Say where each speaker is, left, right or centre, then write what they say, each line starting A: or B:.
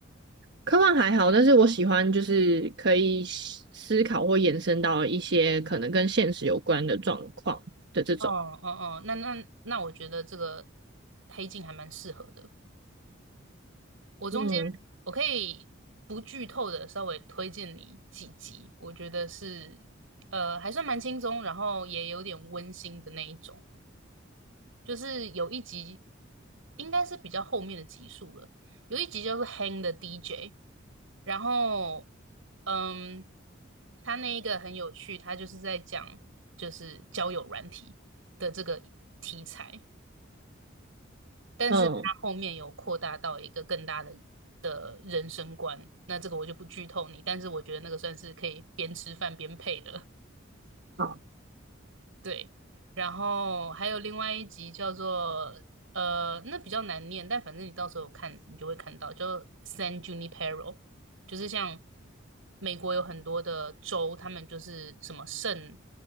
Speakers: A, on the right; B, on the right.
A: 科幻还好，但是我喜欢就是可以思思考或延伸到一些可能跟现实有关的状况的这种。
B: 哦哦哦，那那那，我觉得这个《黑镜》还蛮适合的。我中间我可以不剧透的稍微推荐你几集，
A: 嗯
B: 我觉得是呃还算蛮轻松，然后也有点温馨的那一种。就是有一集应该是比较后面的集数了，有一集叫做《Hang the DJ》，然后嗯，他那一个很有趣，他就是在讲就是交友软体的这个题材，但是他后面有扩大到一个更大的。
A: 嗯，
B: 的人生观，那这个我就不剧透你，但是我觉得那个算是可以边吃饭边配的
A: 好，
B: 对，然后还有另外一集叫做呃，那比较难念，但反正你到时候看你就会看到，叫 San Junipero，就是像美国有很多的州，他们就是什么圣